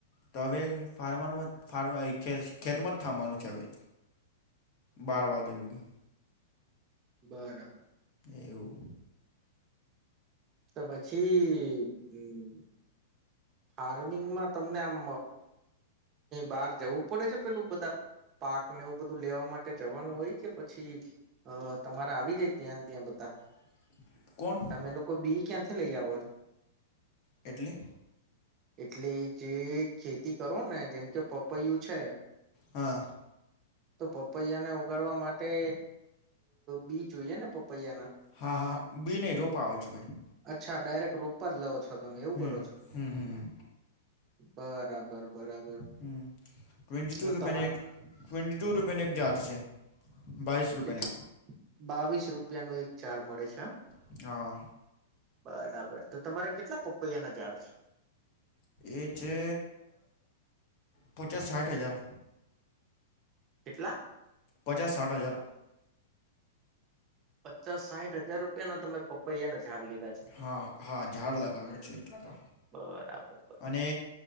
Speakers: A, on the left (about 40°); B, on the right (about 25°).
A: તો હવે ફાર્મર ફ્ ખેતમ જ થવાનું છે હવે બાર વાગેલુંગી
B: બરાબર
A: એવું
B: તો પછી હમ ફાર્મિંગમાં તમને આમ બહાર જવું પડે છે પેલું બધા પાક ને એવું બધું લેવા માટે જવાનું હોય કે પછી અ તમારા આવી જાય ત્યાં ને ત્યાં બધા
A: <unintelligible> કોણ
B: તમે લોકો બી ક્યાંથી લઈ આવો છો
A: એટલે?
B: એટલે જે ખેતી કરો ને જેમ કે પપૈયું છે,
A: હા.
B: તો પપૈયાને ઉગાડવા માટે બી જોઈએ ને પપૈયાના
A: હા. હા. બી નહી, રોપ આવે છે ભાઈ.
B: અચ્છા ડાયરેક્ટ રોપા જ લવો છો તમે
A: હમ
B: એવું કરો છો,
A: હમ હમ હમ
B: બ બરાબર.
A: હમ ટ્વેન્ટી ટુ
B: તો
A: રૂપિયાની
B: તમારે
A: એક, ટ્વેન્ટી ટુ રૂપિયાની એક જાડ છે. બાવીસ રૂપિયાની
B: કેટલ <unintelligible> બાવીસ રૂપિયાનું એક ઝાડ મળે છે.
A: એક હા
B: બરાબર. તો તમારે કેટલા પપૈયા ના ઝાડ છે?
A: એ છે પચાસ સાઠ હજાર.
B: કેટલા?
A: પચાસ સાઠ હજાર.
B: પચાસ સાઠ હજાર રૂપિયાને તમે પપૈયાને ઝાડ લીધ
A: હા. હા ઝાડ લગાવે છે એટલા તો
B: બરાબર બરાબર.
A: અને